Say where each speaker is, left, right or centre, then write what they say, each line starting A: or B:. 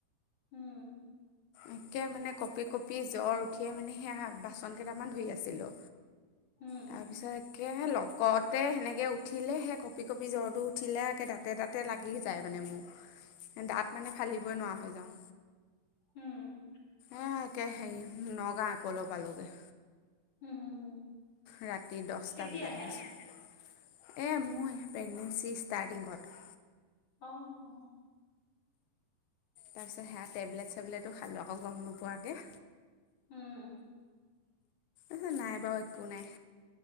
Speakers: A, on the left (about 45°); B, on the left (about 85°).
A: উম।
B: একে মানে কঁপি-কঁপি জ্বৰ উঠিয়ে মানে সেয়া বাচন কেইটামান ধুই আছিলোঁ,
A: উম,
B: তাৰপিছত একে লগত দে সেনেকে। এ উঠিলে সেই কপি-কপি জ্বৰটো উঠিলে একে দাতে-দাতে লাগি যায় মানে মোৰ দাঁত মানে ফালিবই নোৱাৰা হৈ যাওঁ।
A: উম,
B: এয়া একে হেৰি নগাঁৱ এপল' পালোগে।
A: উম, উম।
B: ৰাতি দছটা
A: কেতিয়া
B: বজাত
A: আহে?
B: আহিছো। এ মোৰ প্ৰেগনেঞ্চি ষ্টাৰ্টিঙত।
A: অহ-অহ,
B: তাৰপিছত হেয়া তেবলেট, তেবলেতো খালোঁ আকৌ গম নোপোৱাকে।
A: উম',
B: এ নাই বাৰু একো নাই।